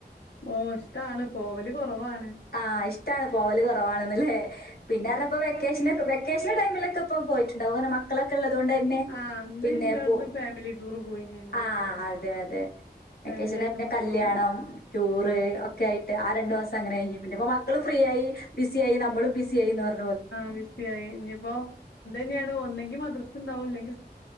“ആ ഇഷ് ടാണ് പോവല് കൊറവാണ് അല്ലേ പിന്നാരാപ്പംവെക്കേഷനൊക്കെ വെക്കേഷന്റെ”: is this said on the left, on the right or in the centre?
Left